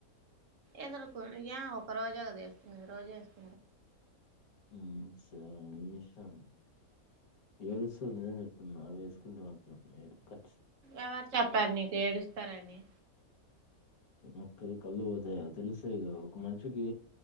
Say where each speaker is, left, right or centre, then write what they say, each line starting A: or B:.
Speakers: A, on the right; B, on the left.
A: ఎదుర్కోండి యాం ఒక రోజే కదా వేసుకునేది రోజూ వేసుకుంటావా
B: మ్ సరే నీ ఇష్టం ఏడుస్తుంది అని చెబుతున్నా అవి వేసుకుంటే మాత్రం ఏంటి పట్
A: ఎవరు చెప్పారు నీకు ఏడుస్తారని.
B: అక్కడి కళ్ళు పోతాయి కదా తెలుస్తాయి కదా ఒక మనిషికి